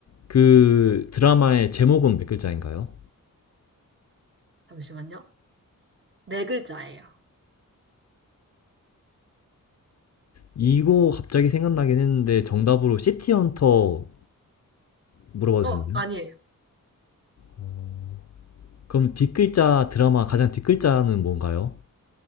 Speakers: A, on the left; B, on the right.
A: 그 드라마의 제목은 몇 글자인가요?
B: 잠시만요. 네 글자예요.
A: 이거 갑자기 생각나긴 했는데 정답으로 시티헌터 물어봐도
B: 어,
A: 되나요?
B: 아니에요.
A: 어, 그럼 뒷글자 드라마 가장 뒷글자는 뭔가요?